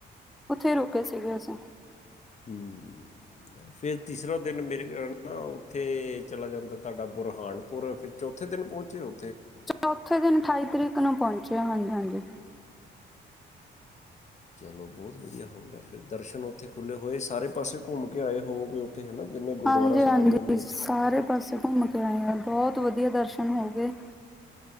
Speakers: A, in the centre; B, on the left (about 35°).
A: ਉੱਥੇ ਈ ਰੁਕੇ ਸੀਗੇ ਅਸੀਂ।
B: ਹੂੰ ਫੇਰ ਤੀਸਰਾ ਦਿਨ ਮੇਰੇ ਕਹਿਣ ਤਾਂ। ਤਾਂ ਉੱਥੇ ਚਲਾ ਜਾਂਦਾ ਤੁਹਾਡਾ ਬੁਰਹਾਨਪੁਰ ਫਿਰ ਚੌਥੇ ਦਿਨ ਪਹੁੰਚੇ ਹੋ।
A: ਚੌਥੇ ਦਿਨ ਅਠਾਈ ਤਰੀਕ ਨੂੰ ਪਹੁੰਚਿਆ ਹਾਂ ਹਾਂਜੀ ਹਾਂਜੀ। ਹੂੰ।
B: ਚਲੋ ਬਹੁਤ ਵਧੀਆ ਹੋ ਗਿਆ ਫਿਰ ਦਰਸ਼ਨ ਉੱਥੇ ਖੁੱਲ੍ਹੇ ਹੋਏ, ਸਾਰੇ ਪਾਸੇ ਘੁੰਮ ਕੇ ਆਏ ਹੋ ਵੋ ਗੇ। ਉੱਥੇ ਹੈਨਾ ਕਿੰਨੇ ਗੁਰਦੁਆਰਾ
A: ਹਾਂਜੀ-ਹਾਂਜੀ
B: ਸਾਹਿਬ ਨੇ ਹੋਰ।
A: ਸਾਰੇ ਪਾਸੇ ਘੁੰਮ ਕੇ ਆਏ ਆਂ, ਬਹੁਤ ਵਧੀਆ ਦਰਸ਼ਨ ਹੋ ਗਏ।